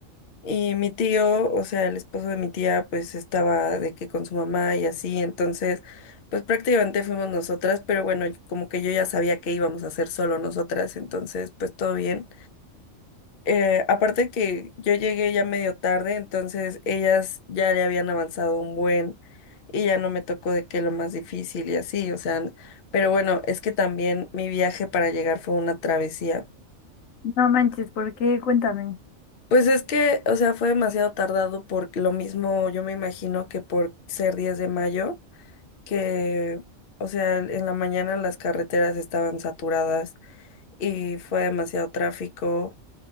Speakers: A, on the left; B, on the left.
A: Y mi tío, o sea, el esposo de mi tía, pues estaba de que con su mamá y así, entonces, pues prácticamente fuimos nosotras, pero bueno, como que yo ya sabía que íbamos a hacer solo nosotras, entonces, pues todo bien. Eh, aparte que yo llegué ya medio tarde, entonces ellas ya le habían avanzado un buen y ya no me tocó de que lo más difícil y así, o sea, pero bueno, es que también mi viaje para llegar fue una travesía.
B: No manches, ¿por qué? Cuéntame.
A: Pues es que, o sea, fue demasiado tardado por lo mismo, yo me imagino que por ser 10 de mayo, que, o sea, en la mañana las carreteras estaban saturadas y fue demasiado tráfico.